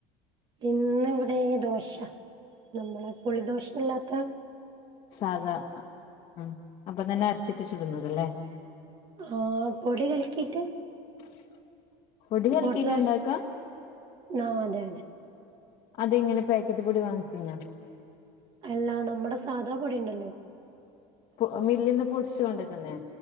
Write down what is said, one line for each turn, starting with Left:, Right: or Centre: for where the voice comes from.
Right: ഇന്ന് ഇവിടെ ദോശ നമ്മളെ പുളി ദോശല്ലാത്ത.
Left: സാധാ ആ അപ്പതന്നെ അര്ച്ചിട്ട് ചുടുന്നത് ലേ.
Right: ആഹ് പൊടി കൽക്കീട്ട്.
Left: <inaudible> പൊടി കലക്കീട്ടണ്ടാക്ക?
Right: ഓട്ടദോശ ആഹ് അതെ അതെ
Left: അതെങ്ങനെ പാക്കറ്റ് പൊടി വാങ്ങിക്കിന്ന.
Right: അല്ല നമ്മുടെ സാധാ പൊടിണ്ടല്ലോ.
Left: പൊ മില്ല്ന്ന് പൊട്ച്ചു കൊണ്ടെക്കുന്നേ.